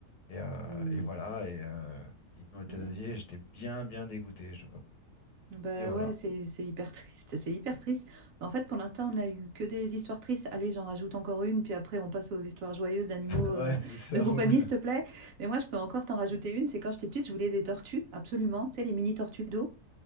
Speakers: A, on the left (about 80°); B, on the right (about 60°).
A: Et, euh,
B: hmm,
A: et voilà, et euh, ils l'ont euthanasié,
B: hmm.
A: j'étais bien, bien dégoûté, je dois avouer.
B: Bah
A: Et voilà.
B: ouais, c'est c'est hyper triste, c'est hyper triste. Mais En fait, pour l'instant, on a eu que des histoires tristes. Allez, j'en rajoute encore une, puis après, on passe aux histoires joyeuses d'animaux
A: <laughs>
B: euh,
A: Ouais, c'est
B: <laughs>
A: ça
B: de compagnie,
A: roule.
B: s'il te plaît. Mais moi, je peux encore t'en rajouter une. C'est quand j'étais petite, je voulais des tortues, absolument. Tu sais, les mini tortues d'eau.